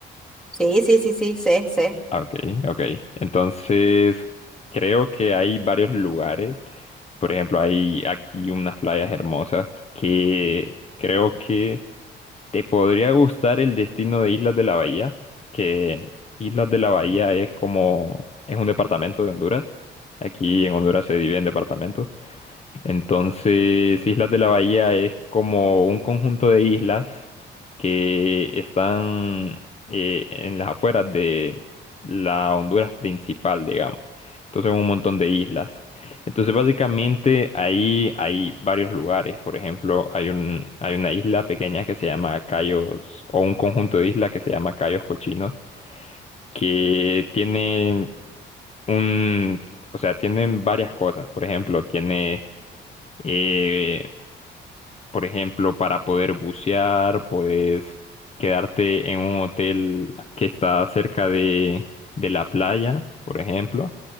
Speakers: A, in the centre; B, on the left.
A: Sí, sí, sí, sí, sé, sé.
B: Ah, Ok, ok. Entonces, creo que hay varios lugares. Por ejemplo, hay aquí unas playas hermosas que creo que te podría gustar el destino de Islas de la Bahía, que Islas de la Bahía es como, es un departamento de Honduras. Aquí en Honduras se divide en departamentos. Entonces, Islas de la Bahía es como un conjunto de islas que están eh, en las afueras de la Honduras principal, digamos. Entonces, un montón de islas. Entonces, básicamente ahí hay varios lugares. Por ejemplo, hay un, hay una isla pequeña que se llama Cayos, o un conjunto de islas que se llama Cayos Cochinos, que tienen un, o sea, tienen varias cosas. Por ejemplo, tiene eh, por ejemplo, para poder bucear, puedes quedarte en un hotel que está cerca de, de la playa, por ejemplo.